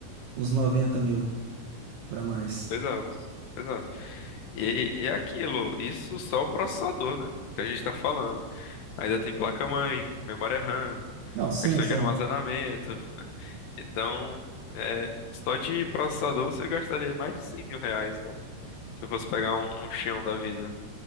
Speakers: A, on the right; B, on the left.
A: uns 90 mil para mais.
B: Pois é, uns- pois é. E é aquilo, isso só o processador, né? Que a gente tá falando. Ainda tem placa-mãe, memória RAM,
A: Não, sim,
B: questão
A: sim.
B: de armazenamento. Então, é, só de processador você gastaria mais de cem mil reais, né? Se eu fosse pegar um, um Xeon da vida.